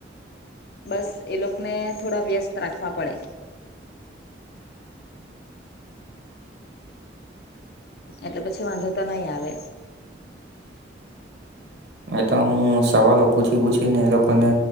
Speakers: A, on the left; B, on the right.
A: બસ એ લોકોને થોડા વ્યસ્ત રાખવા પડે એટલે પછી વાંધો તો નઈ આવે
B: એ તો હું સવાલો પૂછી પૂછીને એ લોકોને